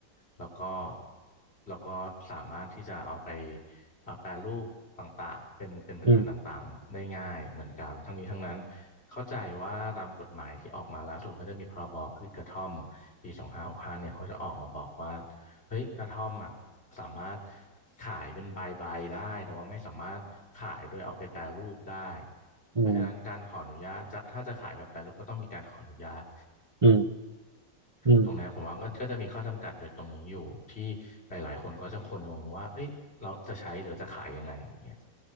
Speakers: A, on the left; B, on the right.
A: แล้วก็ แล้วก็สามารถที่จะเอาไปเอ่อแปรรูปต่างๆเป็นเป็นผลิตภัณฑ์ต่างๆได้ง่ายเหมือนกันทั้งนี้ทั้งนั้น
B: อืม
A: เข้าใจว่าตามกฎหมายที่ออกมาล่าสุดก็จะมีพรบพืชกระท่อมปี2ห้5เนี่ยเขาจะออกมาบอกว่าเฮ้ยกระท่อมอ่ะสามารถขายเป็นใบๆได้แต่ว่าไม่สามารถขายโดยเอาไปแปรรูปได้
B: อืม
A: เพราะฉะนั้นการขออนุญาตจะถ้าจะขายแบบแปรรูปก็ต้องมีการขออนุญาต
B: อืมอืม
A: ตรงเนี้ยผมว่าก็ก็จะมีข้อจำกัดโดยตรงนี้อยู่ที่หลายๆ คนก็จะคนงงว่าเอ้ยเราจะใช้หรือจะขายยังไงอย่างเงี้ย